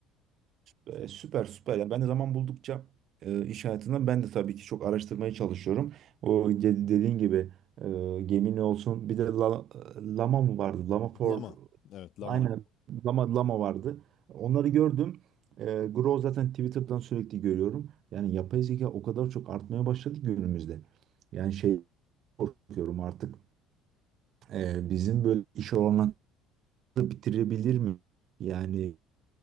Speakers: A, on the right; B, on the left.
A: E, süper süper. Yani ben de zaman buldukça e, iş hayatında. ben de tabii ki çok araştırmaya çalışıyorum. O de- dediğin gibi e, Gemini olsun. Bir de La- e, Lama mı vardı? Lama for
B: Lama. Evet, lama.
A: Aynen Lama, Lama vardı. Onları gördüm. Ee, Grow zaten Twitter'dan sürekli görüyorum. Yani yapay zeka o kadar çok artmaya başladı ki günümüzde. Yani şey korkuyorum artık e, bizim böyle iş olanları bitirebilir mi? Yani